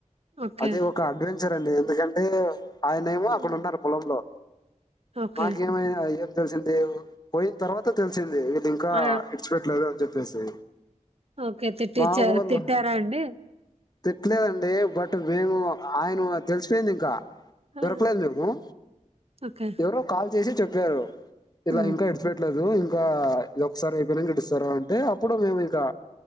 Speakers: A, on the right (about 50°); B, on the left (about 30°).
A: ఓకే.
B: అది ఒక అడ్వ్ చ్చరండి ఎందుకంటే ఆయన ఏమో
A: హ్మ్.
B: అక్కడ ఉన్నరు పొలంలో
A: ఓకే.
B: మాకేమైనా ఏం తెలిసింది పోయిన తర్వాత తెలిసింది ఇంకా
A: ఆ!
B: ఇడిచిపెట్టలేదు అని చెప్పేసి
A: ఓకే. తిట్టిచ్చా
B: మా వోళు
A: తిట్టారా అండి?
B: తిట్లేదండి బట్ మేము ఆయన తెలిసిపోయింది ఇంకా
A: ఆ!
B: దొరకలేదు మీరు
A: ఓకే.
B: ఎవరో కాల్ చేసి చె ప్పారు ఇలా
A: హ్మ్.
B: ఇంకా విడిచిపెట్లేదు ఇంకా ఇఒకసారి ఓపెనింగ్ గిటిస్తర అంటే అప్పుడు మేము ఇంకా